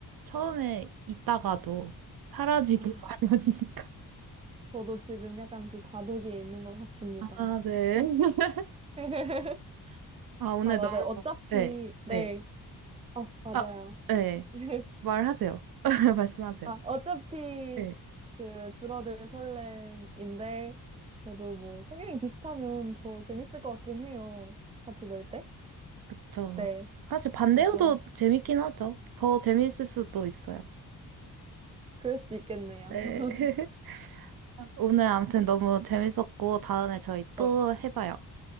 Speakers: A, on the right; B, on the right.
A: 처음에 있다가도 사라지기
B: 아,
A: 마련이니까.
B: 저도 지금 약간 그 과도기에 있는 것 같습니다.
A: 아, 네. <laughs>
B: <laughs>
A: 아, 오늘
B: 아, 맞아요.
A: 너무,
B: 어차피,
A: 네,
B: 네.
A: 네.
B: 어, 맞아요.
A: 아, 네.
B: <laughs>
A: 말하세요. <laughs> 말씀하세요.
B: 아, 어차피
A: 네.
B: 그 줄어들 설렘인데, 저도 뭐 성향이 비슷하면 더 재밌을 것 같긴 해요. 같이 놀 때?
A: 그쵸.
B: 네.
A: 사실 반대여도
B: 그래서,
A: 재밌긴 하죠. 더 재밌을 수도 있어요.
B: 그럴 수도 있겠네요.
A: 네.
B: <laughs>
A: <laughs> 오늘 아무튼 너무 재밌었고, 다음에 저희 또
B: 네.
A: 해봐요.